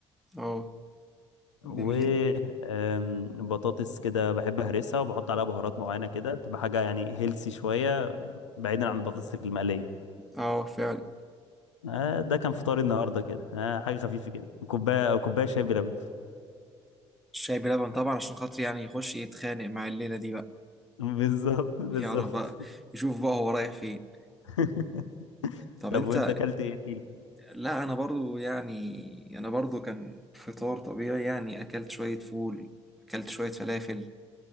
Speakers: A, in the centre; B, on the left.
A: اه
B: و
A: جميل
B: آم، بطاطس كده بحب اهرسها وبحط عليها بهارات معينه كده بتبقى حاجه يعني هيلسي شويه بعيدا عن البطاطس المقليه
A: اه فعلا
B: آه ده كان فطاري النهارده كده آه حاجه خفيفه كده كوبايه كوبايه شاي بلبن
A: الشاي بلبن طبعا عشان خاطر يعني يخش يتخانق مع الليله دي بقى
B: <laughs> بالظبط بالظبط
A: يعرف بقى يشوف بقى هو رايح فين
B: <laughs>
A: طب
B: طب
A: انت
B: وانت اكلت ايه فيل
A: لا انا برضو يعني انا برضو كان فطار طبيعي يعني اكلت شوية فول اكلت شوية فلافل